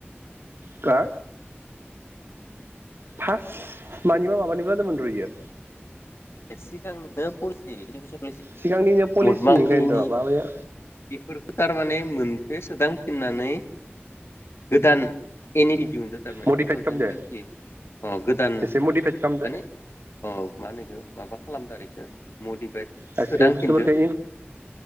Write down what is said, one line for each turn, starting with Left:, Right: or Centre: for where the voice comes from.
Right: दा। फास्ट मानिबा माबानिबा होनदोमोनर इयो।
Left: सिगांनिनो पलिसि इडुकेसन मिस महात्मा
Right: सिगांनिनो पलिसि
Left: गान्धीनि
Right: ओंखायनोथ' माबाया
Left: बेफोरफोरखो थारमाने मोन खो सोदांफिननानै। गोदान एन ए पि दिहुनदों टारमाने
Right: मडिफाइद
Left: टु थावजेेन
Right: खालामदो
Left: टुइन्टि अ गोदान
Right: एसे मडिफाइद खालामदो
Left: माने अ मा होनो इखो। खालामदो आरो इखो मडिफाइट
Right: गासै
Left: सोदांफिनदो।
Right: बुस्थुफोरखौ